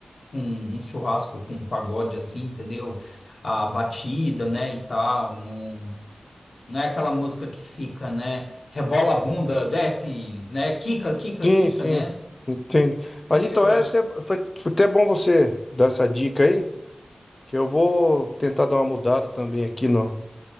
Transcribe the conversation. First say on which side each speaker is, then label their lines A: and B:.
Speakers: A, on the left; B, on the left.
A: um- um churrasco com um pagode assim, entendeu? A batida, né, e tal. Não, não é aquela música que fica, né? Rebola a bunda, desce, né? Quica, quica,
B: Sim,
A: quica,
B: sim.
A: né?
B: Entendi. Mas então
A: Eu
B: é
A: acho
B: até, foi foi até bom você dar essa dica aí. Que eu vou tentar dar uma mudada também aqui no,